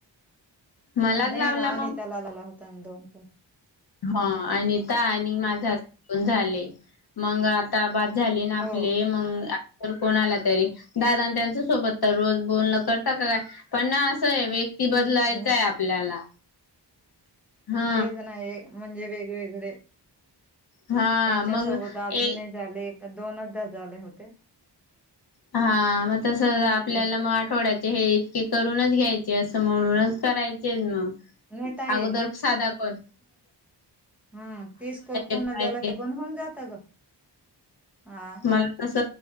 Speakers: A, on the left; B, in the centre.
A: मलाच
B: नाही
A: लावला
B: ना अनिताला लाला होता दोन च.
A: ह अनिता आणि माझन झाले मग आता बाद झाले ना
B: हो
A: आपले मग कोणा आला तरी दादा त्यांच्या सोबत तर रोज बोलण करता का काय पण ना असं आहे व ती बदलायचय
B: नाही
A: आपल्याला हा
B: ते जण आहे म्हणजे वेगवेगळे
A: हा
B: त्यांच्या
A: मग
B: सोबत अजून
A: ए
B: नाही झाले दोनदा झाले होते.
A: हा मग तस आपल्याला
B: ते
A: मग आठवड्याचे हे इतके करूनच घ्यायचे. असं म्हणूनच करायचे मग
B: नाही ताई
A: अगोदर साधा कर.
B: हम ती स्कॉल पूर्ण
A: करायचे
B: झाला तर बंद होऊन जात ग. हा
A: मला तस